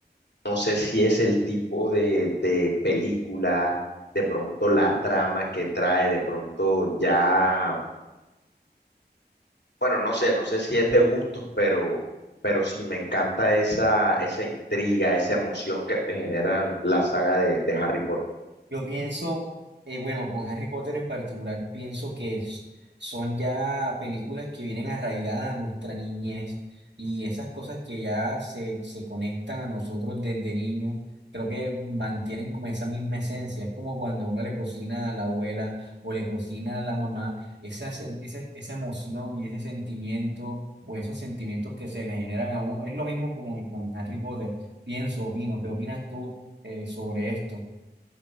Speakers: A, on the left; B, on the right.
A: No sé si es el tipo de, de película, de pronto la trama que trae, de pronto ya Bueno, no sé, no sé si es de gustos, pero, pero sí me encanta esa, esa intriga, esa emoción que me generan la saga de, de Harry Potter.
B: Yo pienso, eh, bueno, con Harry Potter en particular, pienso que es- son ya películas que vienen arraigadas a nuestra niñez y esas cosas que ya se, se conectan a nosotros desde niños, creo que mantienen como esa misma esencia. Es como cuando uno le cocina a la abuela o le cocina a la mamá, esa, sen- esa, esa emoción y ese sentimiento o esos sentimientos que se le generan a uno. Es lo mismo como con Harry Potter. Pienso, opino, ¿qué opinas tú, eh, sobre esto?